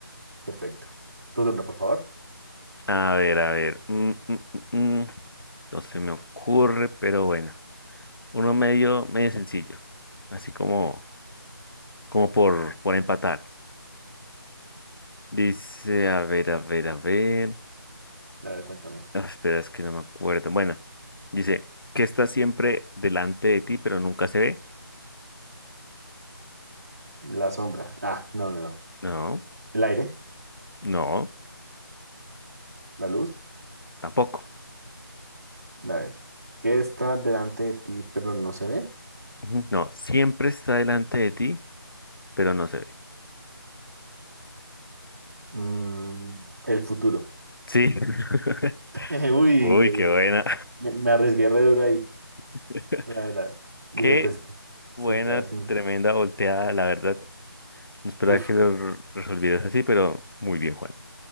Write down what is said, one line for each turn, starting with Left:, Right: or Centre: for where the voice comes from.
Right: Perfecto. Tu turno, por favor.
Left: A ver, a ver. mm, mm, mm, mm, No se me ocurre, pero bueno. Uno medio, medio sencillo. Así como, como por, por empatar. Dice, a ver, a ver, a ver.
Right: A ver, cuéntame.
Left: Ah, Espera, es que no me acuerdo. Bueno, dice, que está siempre delante de ti, pero nunca se ve?
Right: La sombra. Ah, no, no, no.
Left: No,
Right: El aire,
Left: no,
Right: la luz.
Left: tampoco.
Right: A ver, ¿qué está delante de ti pero no se ve?
Left: Ujú, No, siempre está delante de ti, pero no se ve.
Right: Mm, el futuro.
Left: Sí. <laughs>
Right: <laughs> Uy,
Left: Uy,
Right: ahí-
Left: qué buena.
Right: me, me arriesgué re duro ahí,
Left: <laughs>
Right: la verdad. Dije,
Left: Qué
Right: pues, sí,
Left: buena,
Right: claro, sí.
Left: tremenda volteada, la verdad. No esperaba
Right: Uf,
Left: que lo r- resolvieras así, pero muy bien, Juan.